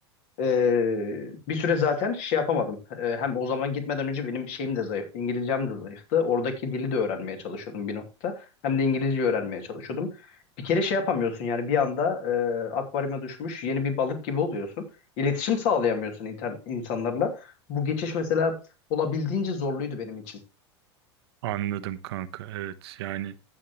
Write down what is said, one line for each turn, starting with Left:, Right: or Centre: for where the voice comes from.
Left: Ee, bir süre zaten şey yapamadım. Ee, hem o zaman gitmeden önce benim şeyim de zayıftı. İngilizcem de zayıftı. Oradaki dili de öğrenmeye çalışıyordum bir nokta. Hem de İngilizce öğrenmeye çalışıyordum. Bir kere şey yapamıyorsun yani bir anda e, akvaryuma düşmüş yeni bir balık gibi oluyorsun. İletişim sağlayamıyorsun inter- insanlarla. Bu geçiş mesela olabildiğince zorluydu benim için.
Right: Anladım kanka. Evet yani